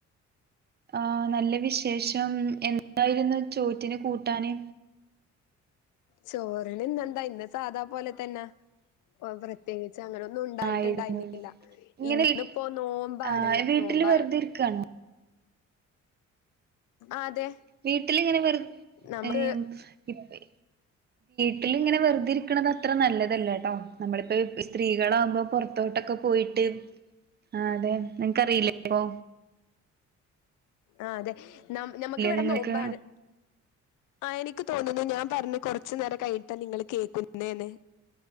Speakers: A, on the right; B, on the left.
A: ആഹ് നല്ല വിഷ് ശേഷം എന്തായിരുന്നു ചോറ്റിന് കൂട്ടാന്?
B: ചോറിന് ഇന്നെന്താ ഇന്ന സാധാ പോലെ തന്നെ പ്രത്യേകി ച്ചങ്ങനൊന്നും ഉണ്ടായിട്ടുണ്ടായിന്നില്ല
A: ആയിരുന്നുല്ലേ ഇങ്ങനെ
B: ഇന്നിപ്പോ നോമ്പാണ്
A: ആഹ് വീട്ടില്
B: നോമ്പ
A: വെറുതെ ഇരിക്കാണോ
B: അതെ
A: വീട്ടിലിങ്ങനെ വെറ്
B: നമുക്ക്
A: ഏഹ് വീട്ട് ട്ടിലിങ്ങെ വെറുതെ ഇരിക്കണത് അത്ര നല്ലതല്ലേ കേട്ടോ നമ്മളിപ്പോ സ്ത്രീകളാകുമ്പോ പൊറത്തോട്ടൊക്കെ പോയിട്ട് ആഹ് അതെ നിനക്ക്റിയില്ലേ ഇപ്പോ
B: ആഹ് അതെ ന നമ്മുക്ക് ഇവിടെ
A: നിങ്ങൾക്ക്
B: നോമ്പാണ് ആഹ് എനിക്ക് തോന്നു ഞാൻ പറഞ്ഞ് കൊറച്ചു നേരം കഴിഞ്ഞിട്ടാ നിങ്ങള് കേക്കുന്നെന്ന്